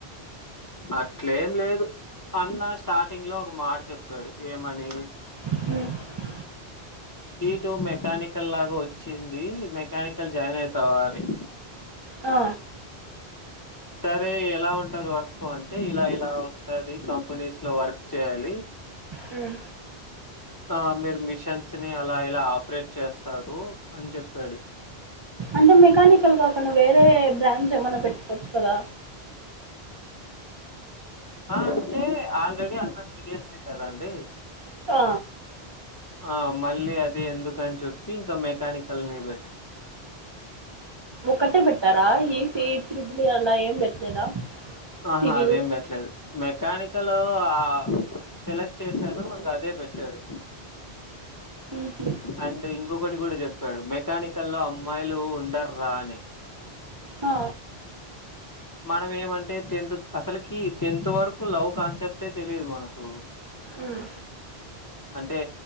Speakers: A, on the left (about 30°); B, on the right (about 40°).
A: అట్లేం లేదు అన్న స్టార్టింగ్ లో ఒక మాట చెప్పాడు ఏమని
B: మ్
A: సిటూ మెకానికల్ లాగా వచ్చింది మెకానికల్ జాయిన్ అయితవ అని
B: ఆ
A: సరే ఎలా ఉంటది వర్క్ అంటే ఇలా ఇలా ఉంటది కంపెనీస్ లో వర్క్ చేయాలి
B: మ్
A: ఆ మీరు మిషన్స్ ని అలా ఇలా ఆపరేట్ చేస్తారు అని చెప్పాడు
B: అంటే మెకానికల్ కాకుండా వేరే బ్రాంచ్ ఏమైనా పెట్టుకోవచ్చు కదా
A: ఆ అంటే ఆల్రెడీ అన్న సీఎస్సీ కదండి
B: ఆ
A: ఆ మళ్ళీ అది ఎందుకని చెప్పి ఇంకా మెకానికల్ని పెట్
B: ఒక్కటే పెట్టారా ఈసీ త్రిబులీ అలా ఏం పెట్టలేదా
A: ఆహా
B: సివిల్
A: అదేం పెట్టలేదు మెకానికల్ ఆ సెలెక్ట్ చేశాను ఇంకా అదే పెట్టాడు
B: హుహు.
A: అండ్ ఇంకొకటి కూడా చెప్పాడు మెకానికల్లో అమ్మాయిలు ఉండర్రా అని
B: ఆ
A: మనం ఏమంటే టెన్త్ అసలకి టెన్త్ వరకు లవ్ కాన్సెప్ట్టే తెలియదు మనకు
B: ఉమ్
A: అంటే